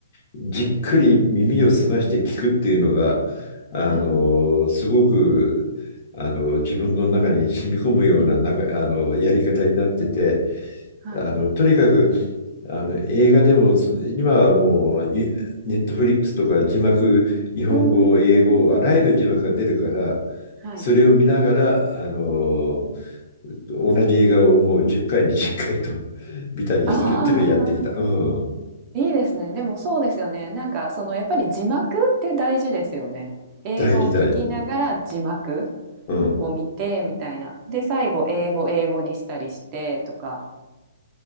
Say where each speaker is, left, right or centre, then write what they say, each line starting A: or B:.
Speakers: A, on the left; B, on the right.
A: じっくり耳を澄まして聞くっていうのが、あの、
B: はい。
A: すごく、あの、自分の中に染み込むような、なか、あの、やり方になってて、
B: はい。
A: あの、とにかく、あの、映画でも、今はもう、ネットフリックスとか字幕、日本語、
B: うーん。
A: 英語、あらゆる字幕が出るから、
B: はい。
A: それを見ながら、あの、同じ映画をもう10回、20回と見たりするっていうのをやってきた。
B: ああ、
A: うん。
B: いいですね。でもそうですよね。なんかそのやっぱり字幕って大事ですよね。英語を聞きながら字幕
A: 大事、大事。うん。
B: を見てみたいな。で、最後英語英語にしたりしてとか。